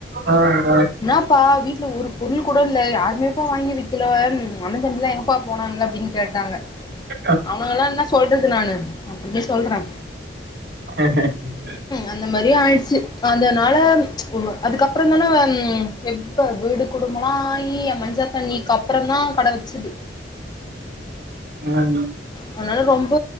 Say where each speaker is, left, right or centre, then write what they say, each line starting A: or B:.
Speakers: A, on the right; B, on the left.
A: ஆஆ
B: என்னாப்பா வீட்ல ஒரு பொருள் கூட இல்ல யாருமேப்பா வாங்கி வக்கில அண்ண தம்பிலா எங் கப்பா போனான்ங்க அப்டின் கேட்டாங்க
A: <unintelligible>
B: அவனலா என்ன சொல்றது நானு அப்றமே சொல்ற
A: ஆஹா கூத்து
B: அந்த மாரி ஆய்டுச்சு அதனால அதுக்கப்பறோ தான எப்ப வீடு குடும்பல ஆயி என் மஞ்ச தண்ணிக்கு அப்பறோ தா கட வச்சுது
A: அ ம்
B: அதனால ரொம்ப